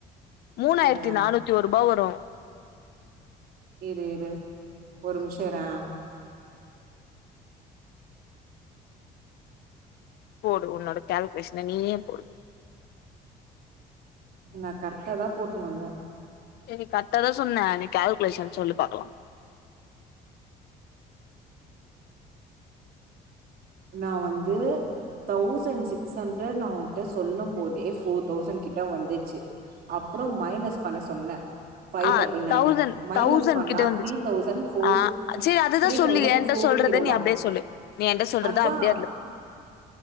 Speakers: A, on the left; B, on the right.
A: மூணாயிரத்தி
B: இரே
A: நானூத்தி ஒரு ரூபா வரு
B: இரு இரு ஒரு நிமிஷோ இரே
A: போடு உன்னோட கால்குலேஷன நீயே போடு
B: நா கரெக்ட்டா தா போட்னு வந்த
A: சரி கரெக்ட்டா தா சொன்னே நீ கால்குலேஷன் சொல்லு பாக்கலா
B: நா வந்து தௌசண்ட் சிக்ஸ் ஹண்ட்ரட் நா உங்கிட்ட சொல்லும் போதே ஃபோர் தௌசண்ட் கிட்ட வந்துருச்சு அப்புறம் மைனஸ் பண்ண சொன்னே ஃபைவ்
A: ஆ
B: double nine
A: thousand
B: minus
A: thousand
B: பண்ணா
A: கிட்ட வந்துச்சு
B: த்ரீ தௌசண்ட் ஃபோர்
A: ஆ செரி அததா
B: த்ரீ
A: சொல்லு
B: தௌசண்ட்
A: ஏங்
B: ஃபோர்
A: கிட்ட சொல்றத
B: ஜீரோ
A: நீ
B: ஒன்
A: அப்டியே சொல்லு நீ என்ட்ட சொல்றது
B: அதுதா
A: அப்டியே அதில சொல்லு